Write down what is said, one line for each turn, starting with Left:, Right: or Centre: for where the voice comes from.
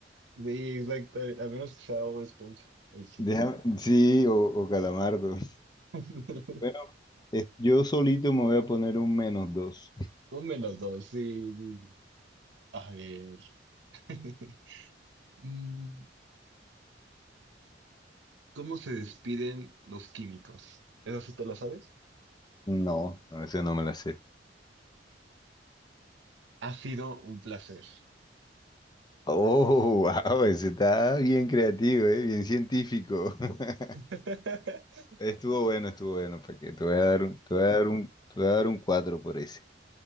Right: Sí, exacto. A menos que sea Bob Esponja. Ahí sí.
Left: Déjame, sí, o, o calamardo.
Right: <laughs>
Left: Bueno, eh, yo solito me voy a poner un menos dos.
Right: Un menos dos, sí. sí, sí. A ver. <laughs> Mm, ¿Cómo se despiden los químicos? ¿Eso sí te lo sabes?
Left: No, no, ese no me la sé.
Right: Ha sido un placer.
Left: Oh, wow, ese está bien creativo, eh, bien científico. <laughs>
Right: <laughs>
Left: Estuvo bueno, estuvo bueno, ¿para que Te voy a dar un, te voy a dar un, te voy a dar un cuatro por ese.